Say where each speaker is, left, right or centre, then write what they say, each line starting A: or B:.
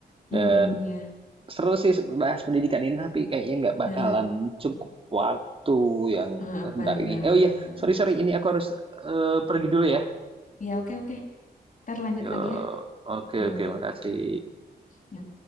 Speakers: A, on the left (about 50°); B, on the right (about 30°).
A: Heeh,
B: dan
A: iya.
B: seru sih bahas pendidikan ini tapi kayaknya nggak bakalan
A: Nah,
B: cukup waktu yang
A: heeh,
B: eh, bentar
A: benar.
B: ini oh iya sorry sorry ini aku harus eh, pergi dulu ya
A: Ya oke oke. Ntar lanjut
B: Yo,
A: lagi ya.
B: oke
A: Yo.
B: oke makasih
A: Yo.